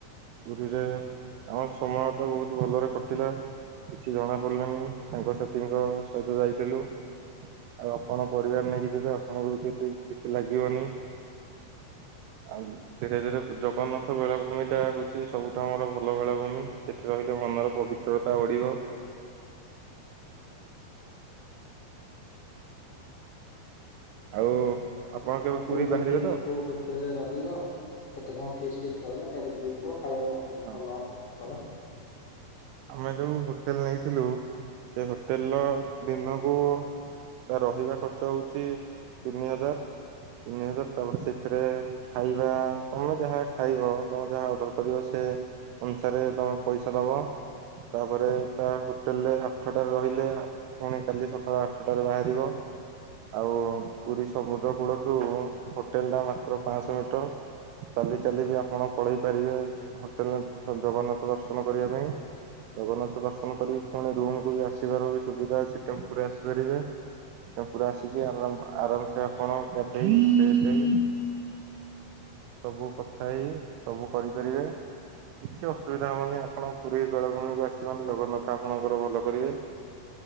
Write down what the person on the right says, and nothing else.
ପୁରୀରେ ଆମ ସମୟ ତ ବୋହୁତ୍ ଭଲରେ କଟିଲା। କିଛି ଜଣା ପଡ଼ିଲନି ସାଙ୍ଗସାଥିଙ୍କ ସହିତ ଯାଇଥିଲୁ। ଆଉ ଆପଣ ପରିବାର ନେଇକି ଯିବେ ଆପଣଙ୍କୁ କେତେ କିଛି ଲାଗିବନି। ଆଉ ଧୀରେ ଧୀରେ ଜଗନ୍ନାଥ ବେଳାଭୂମି ଟା ହୋଉଛି ସବୁଠୁ ଆମର ଭଲ ବେଳାଭୂମି ସେଠି ରହିଲେ ମନର ପବି ଅଚଳତା ବଢ଼ିବ। ଆଉ ଆପଣ କେବେ
ପୁରୀ
ବାହାରିବେ ତ
ହଁ
ଆମେ ଯୋଉ ହୋଟେଲ୍ ନେଇଥିଲୁ ସେ ହୋଟେଲ୍ ର ଦିନକୁ ତା ରହିବା ଖର୍ଚ୍ଚ ହୋଉଚି ତିନି ହଜାର୍ ତିନି ହଜାର୍ ତାପରେ ସେଥିରେ ଖାଇବା ତମେ ଯାହା ଖାଇବ ତମେ ଯାହା ଅର୍ଡର କରିବ ସେ ଅନୁସାରେ ତମେ ପଇସା ଦବ। ତାପରେ ତା ହୋଟେଲ୍ ରେ ଆଠଟାରେ ରହିଲେ ଫୁଣି କାଲି ସକାଳ ଆଠଟାରେ ବାହାରିବ। ଆଉ ପୁରୀ ସମୁଦ୍ର କୂଳଠୁ ହୋଟେଲ୍ ଟା ମାତ୍ର ପାଂଶ ମିଟର୍। ଚାଲି ଚାଲି ବି ଆପଣ ପଳେଇ ପାରିବେ ହୋଟେଲ୍ ନେ ଜଗନ୍ନାଥ ଦର୍ଶନ କରିବା ପାଇଁ। ଜଗନ୍ନାଥ ଦର୍ଶନ କରିକି ଫୁଣି ରୁମ୍ କୁୁ ବି ଆସିବାର ବି ସୁବିଧା ଅଛି ଟେମ୍ପୁ ରେ ଆସିପାରିବେ। ଟେମ୍ପୁ ରେ ଆସିକି ଆରାମ୍ ଆରାମ୍ ସେ ଆପଣ ଗାଧେଇ ସବୁ କଥା ହେଇ ସବୁ କରିପାରିବେ। କିଛି ଅସୁବିଧା ହବନି ଆପଣ ପୁରୀ ବେଳଭୂମି ଆସି ମାନେ ଜଗନ୍ନାଥ ଆପଣଙ୍କର ଭଲ କରିବେ।